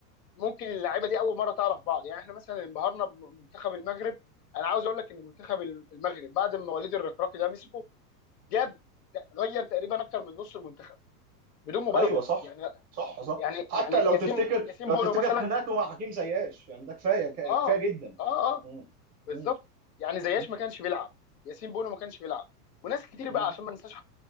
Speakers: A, on the left (about 75°); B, on the right (about 20°).
A: ممكن اللعيبه دي اول مره تعرف بعض يعني احنا مثلا انبهرنا بمنتخب المغرب انا عاوز اقول لك ان منتخب المغرب بعد ما وليد الركراكي ده مسكه جاب غير تقريبا اكتر من نص المنتخب بدون مبالغه
B: ايوه صح
A: يعني
B: صح صح
A: يعني
B: حتى
A: يعني
B: لو
A: ياسين
B: تفتكر
A: ياسين
B: لو
A: بونو
B: تفتكر
A: مثلا
B: خناقته مع حكيم زياش يعني ده كفايه
A: اه
B: كفايه جدا
A: اه اه
B: مم.
A: بالظبط
B: مم.
A: يعني زياش
B: مم.
A: ما كانش بيلعب ياسين بونو ما كانش بيلعب وناس كتير
B: مم.
A: بقى عشان ما ننساش